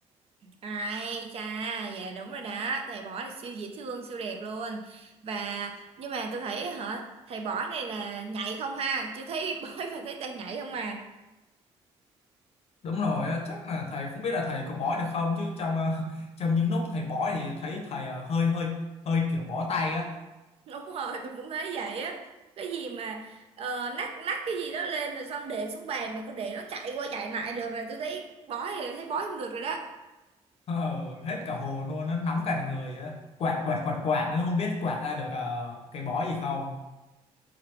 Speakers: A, on the right; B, on the left.
A: ai chà dạ đúng rồi đó thầy bỏ là siêu dễ thương siêu đẹp luôn và nhưng mà tôi thấy hả thầy bỏ này là nhảy không ha chưa thấy <laughs> bói và thấy tay nhảy không à
B: đúng rồi á, chắc là thầy không biết là thầy có bói được không chứ trong ờ, <laughs> trong những lúc thầy bói thì thấy thầy ờ, hơi hơi hơi kiểu bó tay á
A: Đúng rồi, tôi cũng thấy vậy á. Cái gì mà ờ, nắt nắt cái gì đó lên rồi xong để xuống bàn mà cứ để nó chạy qua chạy lại được rồi tôi thấy bói thì thấy bói không được rồi đó.
B: Ờ, hết cả hồn luôn nó nóng cả người á quạt quạt quạt quạt nữa không biết quạt ra được ờ, cái bói gì không